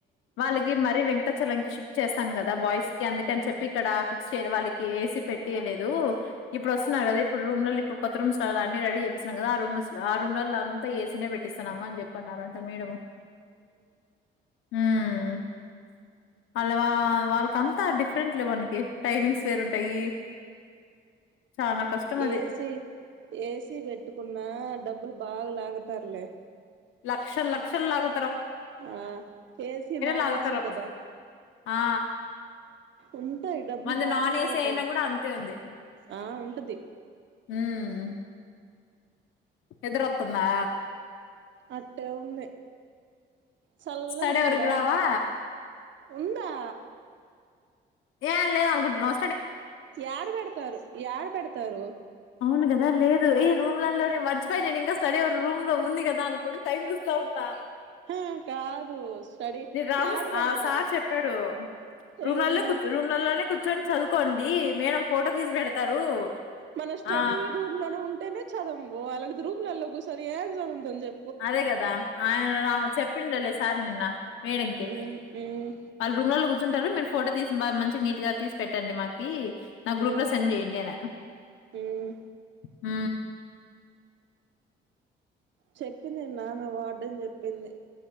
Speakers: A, on the left (about 85°); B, on the right (about 70°).
A: వాళ్ళకి మరి వెంకటచలం షిఫ్ట్ చేస్తాం కదా బాయ్స్ కి అందుక అని చెప్పి ఇక్కడ ఫిక్స్ చేయ వాళ్ళకి ఏసీ పెట్టయలేదు ఇప్పుడు వస్తున్నారు కదా ఇప్పుడు రూమ్ల ఇప్పుడు కొత్త రూమ్స్ అన్ని రెడీ చేపిస్తున్నాం కదా ఆ రూమ్ ఆ రూమ్లలో అంతా ఏసీ న పెట్టి డిస్తన్నమా అని చెప్ప అన్నారంట మేడం హ్మ్మ్ వాళ్ళ వాళ్ళకంతా డిఫరెంట్ లే వానికి టైమింగ్స్ వేరుంటాయి. చానా కష్టం అది
B: ఏసి ఏసీ పెట్టుకున్న డబ్బులు బాగాలాగతర్లే
A: లక్షల్ లక్షల్లాగు
B: ఆ ఏసి నాన్
A: లాగుతారు
B: ఏసి కదా
A: ఆ
B: ఉంటాయి డబ్బులు
A: మంది
B: బానే
A: నాన్
B: లాగుతారు
A: ఏసీ అయినా కూడా అంతే ఉంది
B: ఆ ఉ టది
A: హ్మ్ నిదర వత్తుందా
B: అట్టే ఉంది చల్లగా
A: స్టడీ
B: ఉందిడా
A: అవర్ కిరావా
B: ఉందా
A: ఏం లేదు అనుకుంటున్నావ
B: యాడ బెడతారు యాడ బెడ తరు
A: అవును కదా లేదు ఈ రూమ్లలోనే మర్చిపోయా నేను ఇంకా స్టడీ రూమ్ లో ఉంది కదా దనుకుని టైం చూస్తా ఉన్నా
B: హా కాదు స్టడీ
A: నను రాము
B: యాడ పెడతారు
A: ఆ సార్ చెప్పాడు రూమ్లలో
B: ఎవరిని
A: కూ రూమ్లలోనే కూ కూర్చోని చదువుకోండి మేడం ఫోటో తీసి పెడతారు
B: మనం స్టడీ
A: ఆ
B: రూమ్ లోనే ఉంటేనే చదవము అలాంటిది రూమ్లలో కూర్చోని ఏం చదువుతాం చెప్
A: అదే కదా ఆయన చెప్పిండ లే సార్ నిన్న మేడంకి
B: ఉమ్ ఉమ్
A: వాళ్ళు రూమ్ లలో కూర్ చర్ంటారు మీరు ఫోటో తీసి బా మంచి నీట్ గా తీసి పెట్టండి మాకి నా గ్రూప్
B: ఉమ్
A: లో సెండ్ చెయ్యండి అనా
B: ఉమ్
A: హ
B: చెప్పింది మా వార్డెన్ చెప్పింది